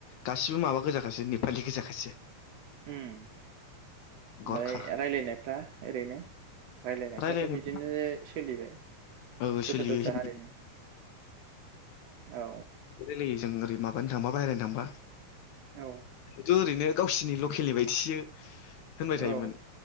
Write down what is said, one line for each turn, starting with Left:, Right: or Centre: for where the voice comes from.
Left: गासिबो माबा गोजाखासो नेपालि गोजाखासो।
Right: उम ओमफ्राय
Left: गरखा
Right: रायलायनायफ्रा ओरैनो रायलायनायफ्राथ'
Left: रायलायनो
Right: बिदिनो सोलिबाय
Left: औ सोलियो
Right: दस्रा दस्रा
Left: हिन्दी
Right: हारिनि औ
Left: रायलायो जों ओरै माबानो थांबा बायहेरानि थांबा।
Right: औ
Left: नोंथ' ओरैनो गावसिनि लकेलनि बायदिसो होनबाय थायोमोन
Right: ओ